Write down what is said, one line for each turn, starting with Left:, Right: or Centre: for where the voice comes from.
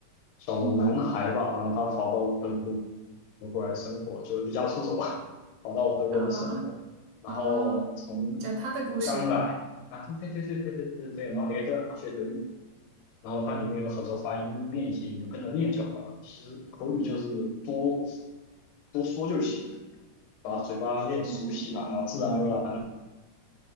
Left: 小男孩吧，
Right: 嗯，
Left: 然后他跑到德国过来生活，就离家出走吧，跑到德国来生活，
Right: 啊
Left: 然后从从刚来啊，
Right: 啊，讲他的故事。
Left: 对对对对对对对对，然后你可以跟着他学德语，然后它里面有很多发音练习，你就跟着练就好了。其实口语就是多多说就行，把嘴巴练熟悉了，
Right: 嗯
Left: 然后自然而然。